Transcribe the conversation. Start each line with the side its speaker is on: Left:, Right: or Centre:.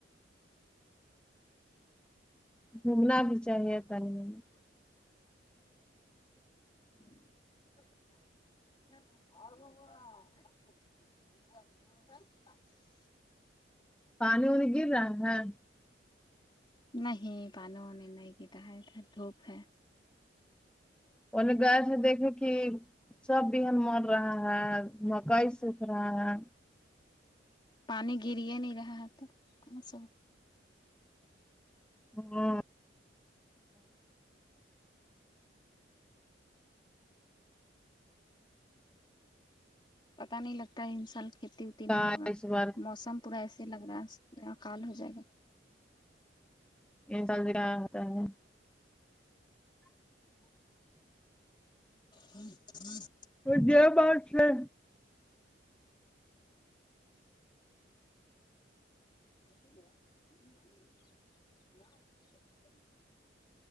Centre: گھومنا بھی چاہیے <unintelligible>
Left: <unintelligible> آ ہو <unintelligible>
Centre: پانی وانی گر رہا ہے
Left: نہیں پا نی و ا نی نہیں گر رہا ہے ادھر دھوپ ہے
Centre: ان نے گائے پھر دیکھی تھی سب بہن مر رہا ہے مکئی سک رہا ہے
Left: پانی گر ہی نہیں رہا ہے تو وہ کونسا
Centre: ہاں
Left: پتا نہیں لگتا ہے اس سال کھیتی نہیں
Centre: کا
Left: ہوگا
Centre: اس بار
Left: موسم پورا ایسے لگ رہا ہےکال ہو جائے گا
Centre: ان چلدتا <unintelligible>
Left: ہوں ہوں <inaudible>
Centre: تو یہ بات ہے
Left: <unintelligible>